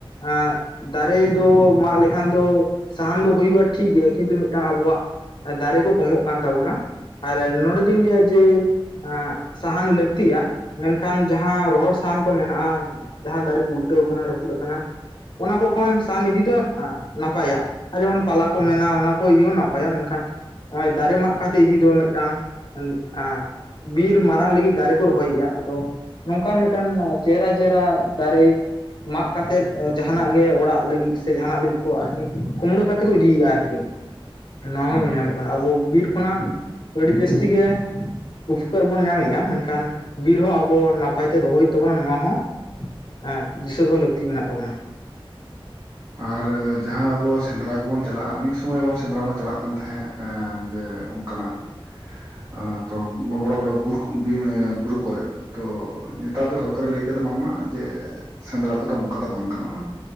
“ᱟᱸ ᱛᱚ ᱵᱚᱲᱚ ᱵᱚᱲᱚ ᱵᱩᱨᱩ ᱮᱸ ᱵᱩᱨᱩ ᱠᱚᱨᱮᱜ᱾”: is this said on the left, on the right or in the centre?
Right